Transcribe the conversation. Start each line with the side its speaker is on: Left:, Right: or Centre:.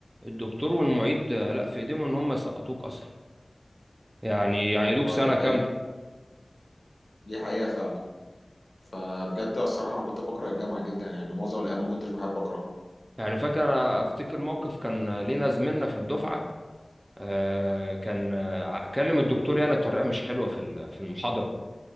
Right: الدكتور والمعيد آه، لا في ايديهم ان هم يسقطوك اصلا يعني يعيدوك
Left: والله
Right: سنه
Left: دي حقيقة
Right: كامله
Left: دي حقيقة فعلا فبجد الصراحة أنا كنت بكره الجامعة جدا يعني معظم الأيام ما كنتش بحب أكره
Right: يعني فاكر أنا افتكر موقف كان لينا زميلنا في الدفعه آه، كان آه، كلم الدكتور يعني بطريقه مش حلوه في ال- في المحاضره